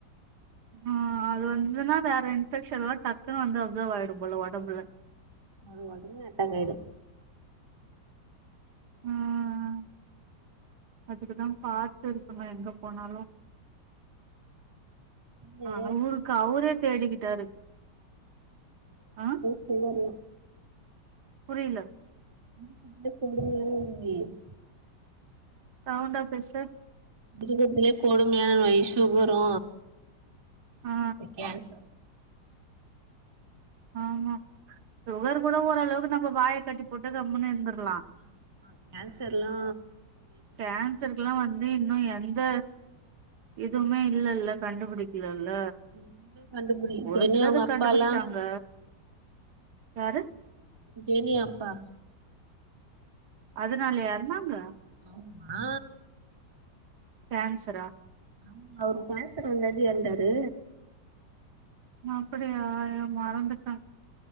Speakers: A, on the right; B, on the right.
A: ஆ அது வந்ததுன்னா வேற இன்ஃபெக்ஷன் எல்லா டக்குன்னு வந்து அப்சர்வ் ஆயிடும் போல உடம்புல
B: அது ஒடனே அட்டாக் ஆயிடு
A: அ அ அதுக்குதா பாத்து இருக்கணு எங்க போனாலு
B: இது
A: அ அவுருக்கு அவுரே தேடிக்கிட்டாரு அ
B: சுகர்லா
A: புரியல
B: <unintelligible>
A: சவுண்டா பேசு
B: இருக்கதுலே கொடுமையான நோய் சுகரு
A: ஆ
B: இந்த கேன்சர்
A: ஆமா சுகர் கூட ஓரளவுக்கு நம்ம வாய கட்டி போட்டு கம்முன்னு இருந்துர்லா
B: ஆமா கேன்சர்லா
A: கேன்சருக்குலா வந்து இன்னு எ ந்த எதுவுமே இல்லேல்ல கண்டுபிடிக்கலல்ல
B: இன்னு கண்டுபிடி
A: ஒரு
B: ஜெனி
A: சிலது
B: அவுங்க அப்பால்லா
A: கண்டுபிடிச்சிட்டாங்க யாரு
B: ஜெனி அப்பா
A: அதுனாலயா எறந்தாங்க
B: ஆமா
A: கேன்சரா
B: ஆமா அவரு கேன்சர் வந்தான்டி எறந்தாரு
A: அப்புடியா அய்யோ மறந்துட்ட